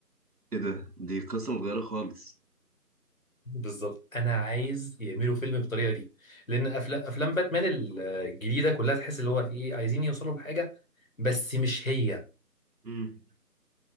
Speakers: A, on the right (about 70°); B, on the left (about 55°).
A: ايه ده دي قصة متغيرة خالص
B: بالظبط انا عايز يعملوا فيلم بالطريقه دي لان افلام افلام باتمان الجديده كلها تحس اللي هو ايه عايزين يوصلوا لحاجه بس مش هي
A: مم.